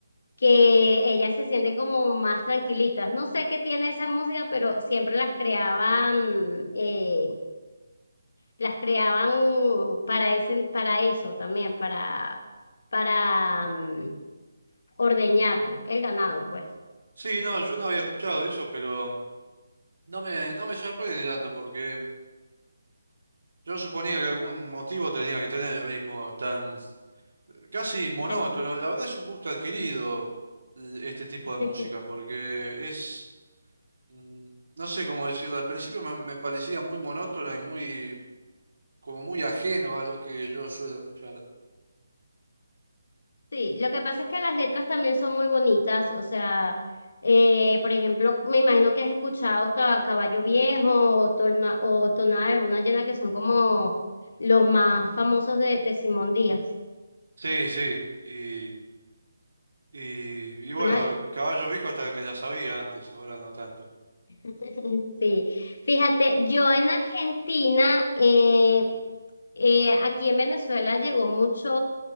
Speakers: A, on the left; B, on the right.
A: que ellas se sienten como más tranquilitas. No sé qué tiene esa música, pero siempre las creaban, eh, las creaban para ese, para eso también, para, para mm, ordeñar el ganado, pues.
B: Sí, no, yo no había escuchado eso, pero no me, no me sorprende tanto porque yo suponía que algún motivo tenía que tener ritmos tan casi monótono.
A: Tan-
B: La verdad es un gusto adquirido eh, este tipo
A: <laughs>
B: de música porque es, mm, no sé cómo decirlo, al principio me, me parecía muy monótono y muy, como muy ajeno a lo que yo suelo escuchar.
A: Sí, lo que pasa es que las letras también son muy bonitas, o sea, eh, por ejemplo, me imagino que has escuchado Ca- Caballo Viejo o, Torna- o Tonada de Luna Llena, que son como los más famosos de, de Simón Díaz.
B: Sí, sí, y, y, y bueno,
A: Una-
B: Caballo Viejo hasta que me la sabía antes, ahora no tanto.
A: <laughs> Sí, fíjate, yo en Argentina, eh, eh, aquí en Venezuela llegó mucho